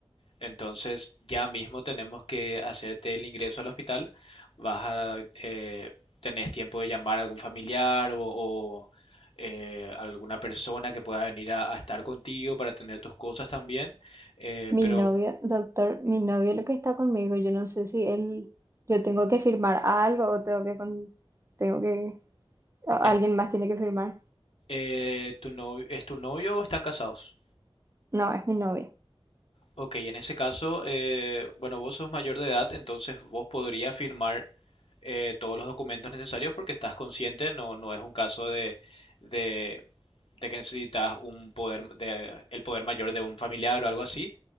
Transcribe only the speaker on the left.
Entonces, ya mismo tenemos que hacerte el ingreso al hospital. Vas a, eh, tenés tiempo de llamar a algún familiar o, o, eh, alguna persona que pueda venir a, a estar contigo para tener tus cosas también. Eh,
pero,
es-
eh, ¿tu novio, es tu novio o están casados?
Ok, en ese caso, eh, bueno, vos sos mayor de edad, entonces vos podrías firmar eh, todos los documentos necesarios porque estás consciente, no, no es un caso de, de- de que necesitas un poder, de- el poder mayor de un familiar o algo así.